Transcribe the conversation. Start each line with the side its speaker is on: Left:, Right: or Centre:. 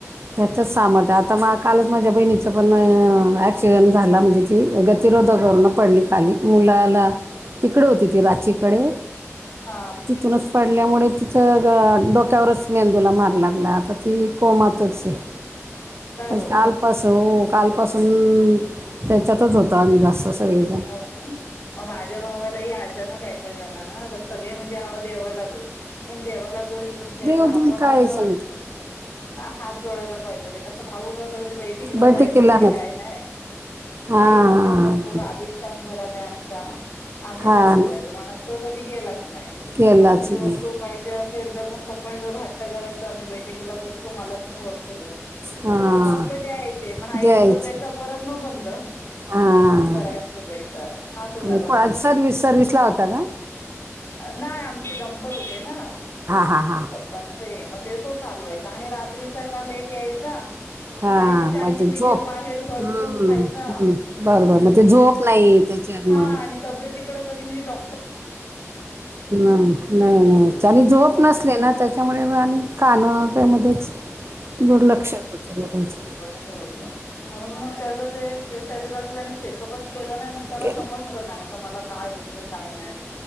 Right: त्याच्याच सामोर्थ आता मग कालच माझ्या बहिणीचं पण ॲक्सिडेंट झाला म्हणजे ती गतिरोधक करून पडली खाली मुलाला तिकडें होती ती रचीकडे
Left: हा
Right: तिथूनच पडल्यामुळे तिथं डोक्यावरच मेंदूला मार लागला आता ती कोमातच आहे
Left: काय बोलता
Right: <unintelligible> कालपस कालपसून त्याच्यातच होतो आम्ही जास्त सगळे
Left: हो मग माझ्या भावाला काहीतला ना तर सगळे म्हणजे देवाला दोष पण देवाला दोष दे काही
Right: देव
Left: तर आपण
Right: देऊन काहीच
Left: पण
Right: नाही
Left: हात जोडायला पाहिजे हो ते कसं भाऊकसं कधी बैठकीला
Right: बैठक
Left: जायचं
Right: केला
Left: नाही
Right: ना
Left: काही नाही
Right: हां
Left: आई पप्पा भरपूर आध न घरात आहे आमच्या आम्ही
Right: हां
Left: भरपूर राहिो म्हण तो कधी गेलाच नाही त्याला
Right: केलाच
Left: कुठली
Right: नाही
Left: वस्तू पाहिजे असेल तर मग पप्न जर हट्ट करायचं आम्ही बैठकीला बसतो मला तुम्ही वस्तू घे
Right: हां
Left: अरे पप्पा आपल्या द्यायचे पण एक
Right: द्यायचं
Left: दिवस जायचां परत मग बंद
Right: हां
Left: करायचं बईथ असं
Right: तुम्ही
Left: चाललं
Right: कोणा
Left: त्याच
Right: सर्विस सर्विसला होता का
Left: नाही आमचे डम्पर होते ना
Right: हा हा
Left: पप्पांचे मग ते तो चालवायचा आणि रात्रीचा का लेट यायचा
Right: हा
Left: आणि चायनी
Right: मग ते
Left: बिनीज
Right: झोप
Left: बाहेर भरपूर
Right: हम्म
Left: खायचा
Right: हम् बरोबर मग ते झोप नाही त्याच्यात
Left: हा
Right: ह
Left: आणि तब्येतीकडे कध म्हणजे ॉ
Right: नाही नाही नाही झोप
Left: हा
Right: नसले ना त्याच्यामुळे आणि कानं त्यामध्येच दुर्लक्ष होत रज
Left: शोध म्हणून मग त्याच ते शरीराच त्यानी चेकअपच केलं नाही मग त्याला
Right: के-
Left: समजलं नाही क मला काय होतंय काय नाही